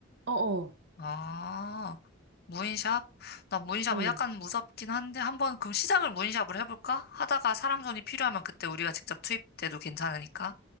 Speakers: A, on the right; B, on the left.
A: 어 어,
B: 아, 무인샵? 나 무인샵은
A: 응.
B: 약간 무섭긴 한데 한번 그럼 시작을 무인샵으로 해볼까? 하다가 사람 손이 필요하면 그때 우리가 직접 투입돼도 괜찮으니까.